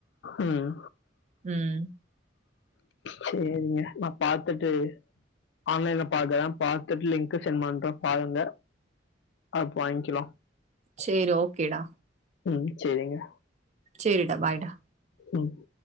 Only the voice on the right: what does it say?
ம்
சேரி ஓகேடா
சேரிடா பாய்டா